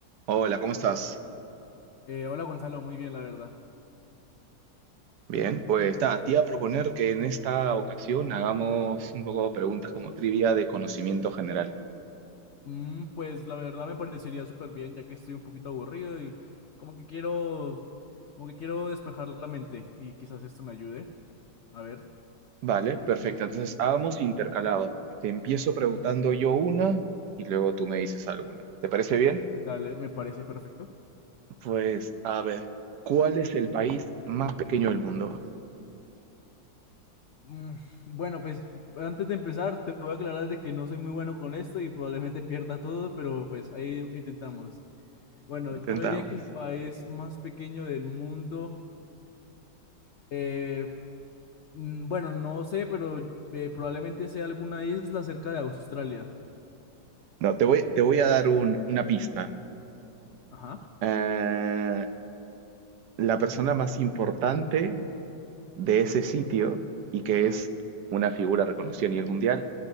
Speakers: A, on the right; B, on the left.
A: Hola, ¿cómo estás?
B: Eh, hola Gonzalo, muy bien, la verdad.
A: Bien, pues nada, te iba a proponer que en esta ocasión hagamos un poco preguntas como trivia de conocimiento general.
B: Mm, pues la verdad me parecería súper bien, ya que estoy un poquito aburrido y como que quiero, como que quiero despejar la mente y quizás esto me ayude. A ver,
A: Vale, perfecto. Entonces, hagamos intercalado. Te empiezo preguntando yo una y luego tú me dices alguna. ¿Te parece bien?
B: dale, me parece perfecto.
A: Pues, a ver, ¿cuál es el país más pequeño del mundo?
B: Mm, bueno, pues antes de empezar te voy a aclarar de que no soy muy bueno con esto y probablemente pierda todo, pero pues ahí intentamos. Bueno,
A: Intentamos.
B: yo diría que el país más pequeño del mundo, eh, Mm, Bueno, no sé, pero eh, probablemente sea alguna isla cerca de Australia.
A: No, te voy, te voy a dar un- una pista.
B: Ajá.
A: Eh, la persona más importante de ese sitio y que es una figura reconocida a nivel mundial,